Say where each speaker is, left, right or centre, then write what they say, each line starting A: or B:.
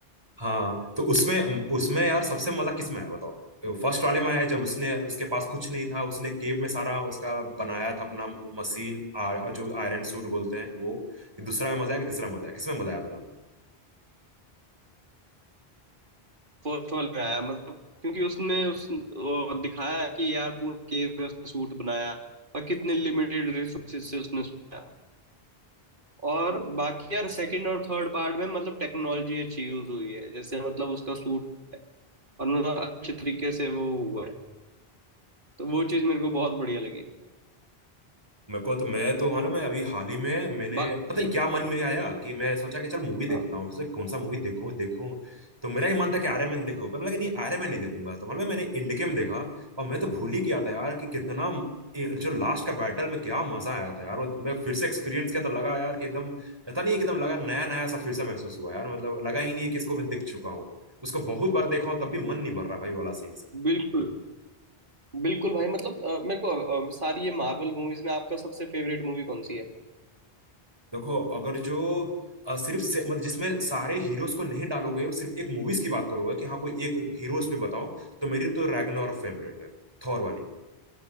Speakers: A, on the right; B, on the right.
A: हाँ तो उसमें उसमें यार सबसे मजा किस में आया बताओ फर्स्ट वाले में आया जब उसने उसके पास कुछ नहीं था उसने केव में सारा उसका बनाया था अपना मशीन आ, जो आयरन सूट बोलते हैं वो दूसरा में मजा आया कि तीसरा में मजा आया किसमें मजा आया था
B: फर्स्ट वाला आया मतलब क्योंकि उसने उस वो दिखाया कि यार पूरा केव में उसने सूट बनाया और कितने लिमिटेड रिसोर्सेज से उसने बनाया और बाकी यार सेकंड और थर्ड पार्ट में मतलब टेक्नोलॉजी अच्छी यूज हुई है जैसे मतलब उसका सूट है और मतलब अच्छे तरीके से वो हुआ है तो वो चीज मेरे को बहुत बढ़िया लगी
A: मेरे को तो मैं तो मालूम है अभी हाल ही में मैंने
B: बाकी
A: पता नहीं क्या मन में आया कि मैं सोचा कि चल मूवी देखता
B: हाँ,
A: हूँ सोचा कौन सा मूवी देखूं देखूं तो मेरा ही मन था कि आर्य मैन देखो पर मैं लगा नहीं आर्य मैन नहीं देखूंगा तो मालूम है मैंने इंड गेम देखा और मैं तो भूल ही गया था यार कि कितना ये जो लास्ट का बैटल में क्या मजा आया था यार और मैं फिर से एक्सपीरियंस किया तो लगा यार कि एकदम पता नहीं एकदम लगा नया नया सा फिर से महसूस हुआ यार मतलब लगा ही नहीं है कि इसको मैं देख चुका हूँ उसको बहुत बार देखा हूँ तब भी मन नहीं भर रहा भाई वाला सीन
B: बिल्कुल बिल्कुल भाई मतलब अ, मेरे को अ, अ, सारी ये मार्वल मूवीज में आपका सबसे फेवरेट मूवी कौन सी है
A: देखो अगर जो अ, सिर्फ से, मतलब जिसमें सारे हीरोज को नहीं डालोगे और सिर्फ एक मूवीज की बात करोगे कि हाँ कोई एक हीरोज पे बताओ तो मेरी तो रैग्नारोक फेवरेट है थॉर वाली